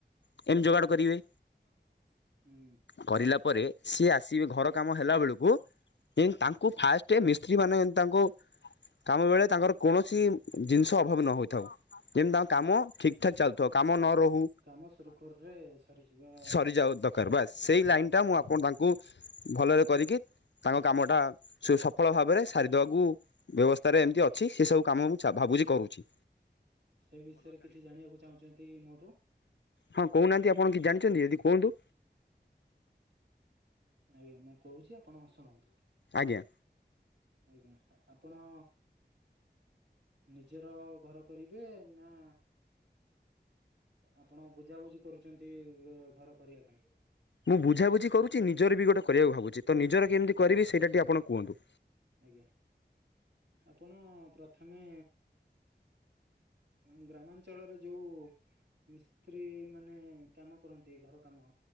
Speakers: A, on the left (about 85°); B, on the right (about 75°).
A: କେମିତି ଯୋଗାଡ଼ କରିବେ।
B: ହୁଁ <inaudible> ହୁଁ।
A: କରିଲା ପରେ ସିଏ ଆସିବେ ଘର କାମ ହେଲା ବେଳକୁ ଯେମିତି ତାଙ୍କୁ ଫାଷ୍ଟ ମିସ୍ତ୍ରୀ ମାନେ ତାଙ୍କୁ କାମ ବେଳେ ତାଙ୍କର କୌଣସି ଜିନିଷ ଅଭାବ ନ ହୋଇଥାଉ। ଯେମିତି ତାଙ୍କ କାମ ଠିକ୍ ଠାକ୍ ଚାଲଥାଉ କାମ ନ ରହୁ।
B: କାମ ସୁରୁଖୁରୁରେ ସରିଯିବା
A: ସରିଯାଉ ଦରକାର ବାସ୍। ସେଇ ଲାଇନ ଟା
B: ଆଜ୍ଞା
A: ମୁଁ ଆପଣ ତାଙ୍କୁ ଭଲରେ କରିକି ତାଙ୍କ କାମଟା ସଫଳ ଭାବରେ ସାରିଦବାକୁ ବ୍ୟବସ୍ଥାରେ ଏମିତି ଅଛି ସେ ସବୁ କାମ ମୁଁ ଭାବୁଛି କହୁଛି।
B: ସେ ବିଷୟରେ କିଛି ଜାଣିବାକୁ ଚାହୁଁଛନ୍ତି ମୋଠୁ।
A: ହଁ, କହୁନାହାନ୍ତି ଆପଣ କିଛି ଜାଣିଛନ୍ତି ଯଦି କୁହନ୍ତୁ?
B: ଆଜ୍ଞା, ମୁଁ କହୁଛି ଆପଣ ଶୁଣନ୍ତୁ।
A: ଆଜ୍ଞା।
B: ଆଜ୍ଞା, ଆପଣ ନିଜର ଘର କରିବେ ନା? ଆପଣ ବୁଝାବୁଝି କରୁଛନ୍ତି ଘର କରିଆ ପାଇଁ।
A: ମୁଁ ବୁଝାବୁଝି କରୁଚି ନିଜର ବି ଗୋଟେ କରିବାକୁ ଭାବୁଚି, ତ ନିଜର କେମିତି କରିବି ସେଇଟା ଟିକେ ଆପଣ କୁହନ୍ତୁ।
B: ଆଜ୍ଞା। ଆପଣ ପ୍ରଥମେ ଆମ ଗ୍ରାମାଞ୍ଚଳରେ ଯୋଉ ମିସ୍ତ୍ରୀ ମାନେ କାମ କରନ୍ତି ଘର କାମ।